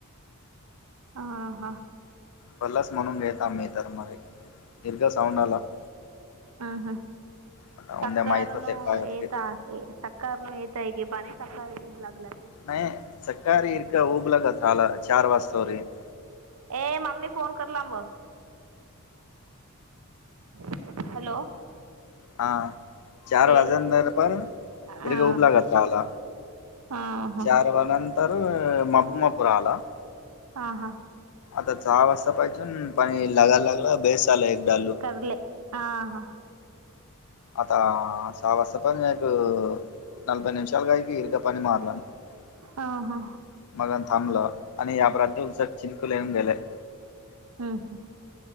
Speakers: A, on the right; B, on the left.
A: ह हा
B: पर्लस म्हणून घेेत मी तर मर दीर्घ साऊंड आला <inaudible>
A: हम् हम
B: आता
A: सकार
B: उद्या माहित होते
A: न
B: काय होते
A: एकदा
B: ते
A: सकार न त्या क पाणी सकाळीऊ लागला <inaudible>
B: नाही सकाारी इका उऊबला का झाला चार वाज होरी <inaudible>
A: ए ममी फोन करला ब <inaudible> हॅलो,
B: हा चार
A: येत
B: वाजेंतर पण
A: हा
B: इिरग उब लागात राला
A: हा हा
B: <inaudible> चार व नंतर मबमापूर आला <inaudible>
A: हा हा
B: आता चहा वाजता पाहिजे पाणी लगायला लागलं बेस आला एक डालू <inaudible>
A: करले हा हा
B: आता सहा वाजतापास एक <inaudible> नलभई निमषा काय क इरका पणी मारलान <inaudible>
A: हा हा
B: मगन थांबलं आणि याप्रांध उस चिंकुल येऊन गेले <inaudible>
A: हम्म हम्म